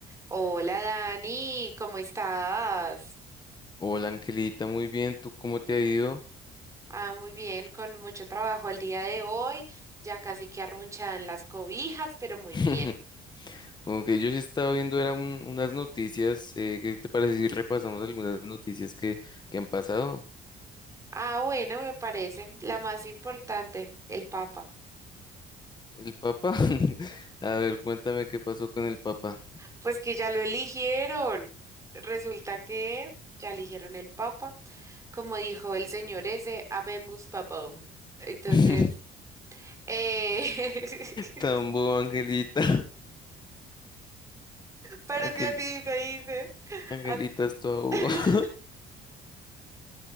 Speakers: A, on the right; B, on the left.
A: Hola Dani, ¿cómo estás?
B: Hola Angelita, muy bien, ¿tú cómo te ha ido?
A: Ah, muy bien, con mucho trabajo el día de hoy, ya casi que arrunchadan las cobijas, pero muy
B: <laughs>
A: bien.
B: Como que yo sí estaba viendo eran un- unas noticias, eh, ¿qué te parece si repasamos algunas noticias que, que han pasado?
A: Ah, bueno, me parece la más importante, el Papa.
B: ¿El Papa? <laughs> A ver, cuéntame qué pasó con el Papa.
A: Pues que ya lo eligieron. Resulta que ya eligieron el Papa, como dijo el señor ese, habemus papam. Entonces,
B: <laughs>
A: eh, <laughs>
B: Tan bobo, Angelita. <laughs>
A: pero
B: Angel-
A: si así se dice.
B: Angelita
A: as-
B: es toda boba.
A: <laughs>
B: <laughs>